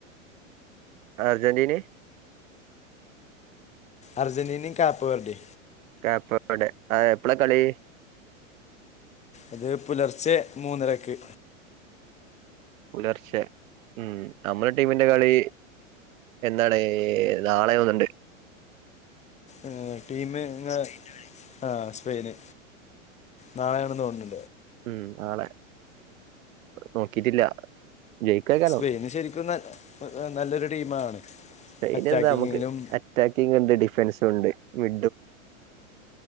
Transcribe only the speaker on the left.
അർജന്റീനയും കാപ്പ് വർഡി
അത് പുലർച്ചെ മൂന്നരക്ക്.
ഏ ടീമ <inaudible> ആ സ്പെയിന് നാളെയണെന്ന് തോണ്ണ്
സ്പെയിന് ശരിക്കും ന നല്ലൊരു ടീമാണ്.
അറ്റാക്കിങ്ങിലും